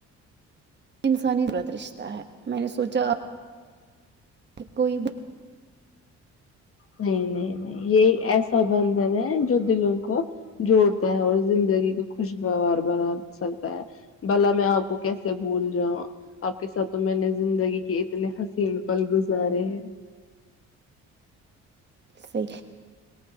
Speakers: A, on the right (about 35°); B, on the left (about 50°).
A: یہ انسانی غلط رشتہ ہے میں نے سوچا کوئی
B: نہیں نہیں نہیں یہ ایک ایسا بندھن ہے جو دلوں کو جوڑتا ہے اور زندگی کو خوشگوار بنا سکتا ہے بلا میں آپ کو کیسے بھول جاؤں آپ کے ساتھ تو میں نے زندگی کے اتنے حسین پل گزارے ہیں
A: صی